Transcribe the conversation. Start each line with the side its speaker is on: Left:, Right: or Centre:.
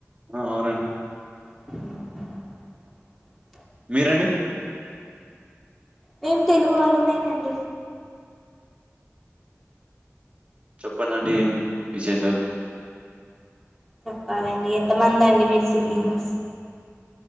Right: ఆ అవునండి
Centre: ఉహు
Right: మీరండి
Centre: మేం తెలుగు వాళ్లమేనండి.
Right: చెప్పాలండి ఏం విశేషాలు?
Centre: చెప్పాలండి ఎంతమంది అండి మీరు సిబ్లింగ్స్?